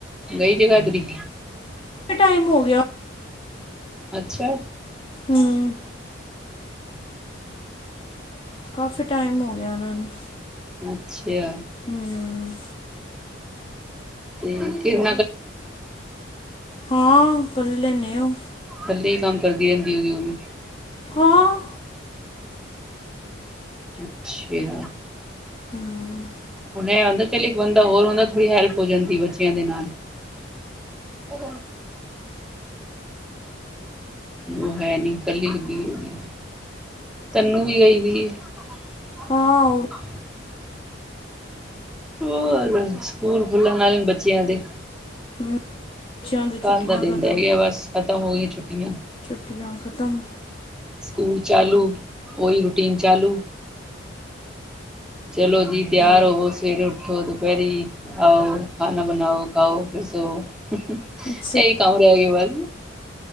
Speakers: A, in the centre; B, on the left (about 25°).
A: ਗਈ ਜਗਾਦਰੀ
B: ਟਾਈਮ ਹੋ ਗਿਆ।
A: ਅੱਛਾ,
B: ਹੂੰ ਕਾਫੀ ਟਾਈਮ ਹੋ ਗਿਆ ਉਹਨਾਂ ਨੂੰ
A: ਅੱਛਾ
B: ਹਮ,
A: ਤੇ ਕਿਹੋ।
B: ਹਾਂ ਕੱਲੇ ਨੇ ਉਹ
A: ਜਲਦੀ ਹੀ ਕੰਮ ਕਰਦੀ ਜਲਦੀ <inaudible> ਉਹ ਵੀ
B: ਹਾਂ।
A: ਅੱਛਾ
B: ਹਮ
A: ਹੁਣ ਇਹ ਆਦਾ ਚੱਲ ਇੱਕ ਬੰਦਾ ਹੋਰ ਹੁੰਦਾ ਥੋੜ੍ਹੀ ਹੈਲਪ ਹੋ ਜਾਂਦੀ ਬੱਚਿਆਂ ਦੇ ਨਾਲ। ਇਹ ਉਹ ਹੈ ਨੀ ਇਕੱਲੀ ਲੱਗੀ ਹੋਈ ਤਨੂੰ ਵੀ ਆਈਦੀ ਏ। ਹ
B: ਹਾਂ ਉਹ ਵੀ।
A: ਹੋਰ ਸਕੂਲ ਖੁੱਲਣ ਵਾਲੇ ਬੱਚਿਆਂ ਦੇ।
B: ਹਮ, ਬੱਚਿਆਂ ਦੀ
A: ਕੱਲ
B: ਛੁੱਟੀਆਂ
A: ਦਾ ਦਿਨ
B: ਖਤਮ
A: ਰਹਿ ਗਿਆ ਬਸ ਖਤਮ ਹੋ ਗਈ ਛੁੱ। ਛੁੱਟੀਆਂ
B: ਛੁੱਟੀਆਂ ਖਤਮ
A: ਸਕੂਲ। ਚਾਲੂ ਉਹ ਹੀ ਰੂਟੀਨ ਚਾਲੂ। ਚਲੋ ਜੀ ਤਿਆਰ
B: ਹਮ,
A: ਹੋਵੋ ਸਵੇਰੇ ਉੱਠ। ਥੋ ਦੁਪਹਿਰੀ ਆਓ ਖਾਨਾ ਬਣਾਓ ਖਾਓ ਫਿਰ ਸੋ। ਇਹ
B: ਅੱਛਾ
A: ਹੀ ਕੰਮ ਰਹਿ ਗਏ ਬਸ।